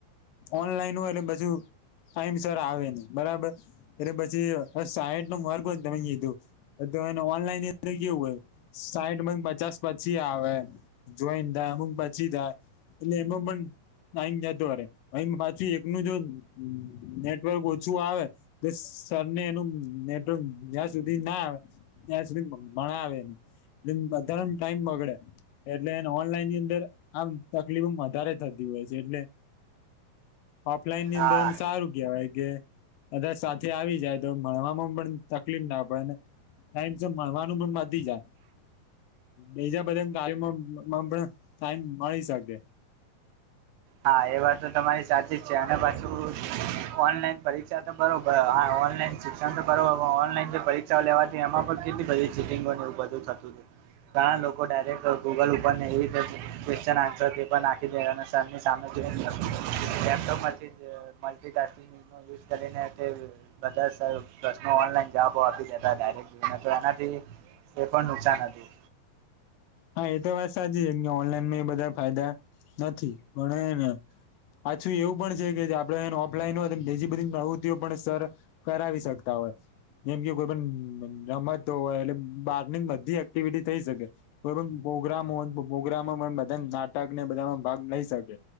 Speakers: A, on the left; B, on the right.
A: ઓનલાઈન હોય એટછું. <unintelligible> ટાઈમ સર આવે ને બરાબર. એટલે પછી સાઈઠ નો માર્ગ હો તમે કીધું. ઓનલાઈન અદર કેવું હોય સાઠ બંધ પચાસ પછી આવે જોઈન થાય અમુક પાછી થાય એટલે એમાં પણ નામ જતો અરે અછી એકનું જો નેટવર્ક ઓછું આવે એ સરને એનું નેટવર્ક જ્યાં સુધી ના આવે ત્યાં સુધી મણા આવે ને બધા ટાઈમ બગડે એટલે એને ઓનલાઈન ની અંદર આમ તકલીફ વધારે થતી હોય છે એટલે ઓફલાઈન ની
B: હા
A: અંદર, એમ સારું. કવાય કે બધા સાથે આવી જાય તો ભણવામાં પણ તકલીફ ના પડેને ટાઈમ છે મળણવાનું પણ બાંધી જાય. બીજા બધા કારમાં પણ ટાઈમ મળી શકે.
B: હા એ વાત તો તમારી સાચી જ છે અને પાછું ઓનલાઈન પરીક્ષા તો બરોબર ઓનલાઈન શિક્ષણ તો કર ઓનલાઈન જે પરીક્ષાઓ લેવાથી એમાં પણ કેટલી બધી ચીટીિંગોની ઉપર થતું હતું ઘણા લોકો ડાયરેક્ટ ગૂગલ ઉપર એવી ક્વેશ્ચન આં સર તે પણ નાખી દેવા અને સરની સામે જોઈને લેપટોપમાંથી જ મલ્ટિટાસ્કિંગ યુઝ કરીને તે બધા પ્રશ્નો ઓનલાઈન જવાબો આપી દેતા ડાયરેક્ટ જોઈને તો એનાથી એ પણ નુકસાન હતી.
A: હા એ તો વાત સાચી છે કે ઓનલાઈનમાં એ બધા ફાયદા નથી ભણ ને પાછું એવું પણ છે કે આપડે એ ઓફલાઈન હોય બીજી બધી પ્રવૂત્તિઓ પણ સર કરાવી શકતા હોય. જેમ કે કોઈ પણ રમતતો હોય એટલે બહારની બધી એક્ટિવિટી થઇ શકે. પ્રોગ્રામ પ્રોગ્રામમાં બધા નાટક ને બધામાં ભાગ લઈ શકે.